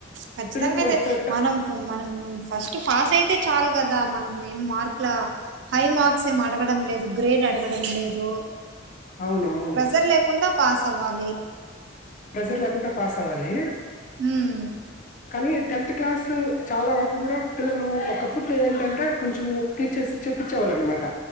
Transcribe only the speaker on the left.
ఇప్పుడు ప్ర-
ప్ర- ప్ర-
అవును అవును
ప్రెజర్ లేకుండా పాస్ అవ్వాలి
కానీ టెన్త్ క్లాసు చాలా వరకు కూడా పిల్లలు ఒకప్పట్లో ఏంటంటే కొంచెము టీచర్స్ చెప్పించేవాళ్ళ అనమాట